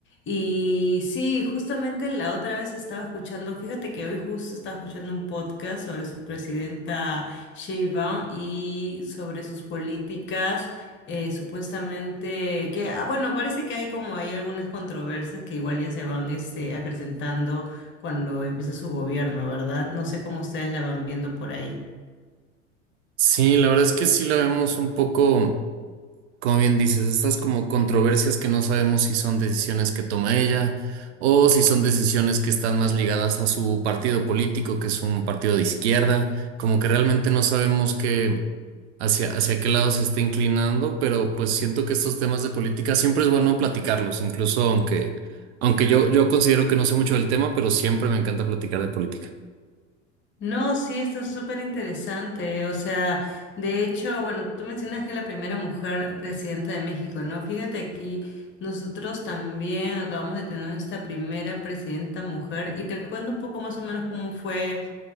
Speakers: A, on the left; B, on the right.
A: Y sí, justamente la otra vez estaba escuchando, fíjate que hoy justo estaba escuchando un podcast sobre su presidenta Sheinbaum y sobre sus políticas. eh, supuestamente que, ah, bueno, parece que hay como hay algunas controversias que igual ya se van este, acrecentando cuando empieza su gobierno, ¿verdad? No sé cómo ustedes la van viendo por ahí.
B: Sí, la verdad es que sí la vemos un poco. Como bien dices, estas como controversias que no sabemos si son decisiones que toma ella o si son decisiones que están más ligadas a su partido político, que es un partido de izquierda, como que realmente no sabemos qué hacia hacia qué lado se está inclinando, pero pues siento que estos temas de política siempre es bueno platicarlos, incluso aunque aunque yo yo considero que no sé mucho del tema, pero siempre me encanta platicar de política.
A: No, sí, está súper interesante. O sea, de hecho, bueno, tú mencionas que es la primera mujer presidenta de México, ¿no? Fíjate aquí, nosotros también acabamos de tener esta primera presidenta mujer y te cuento un poco más o menos cómo fue